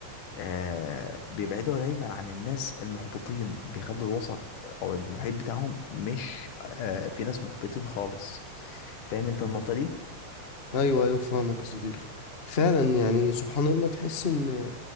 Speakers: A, on the left; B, on the left.
A: آه بيبعدوا دايما عن الناس المحبطين بيخلوا الوسط او المحيط بتاعهم مش آه في ناس محبطين خالص فاهم انت النقطة مم. دي
B: ايوه ايوه فاهمك يا صديقي فعلا يعني سبحان الله تحس ان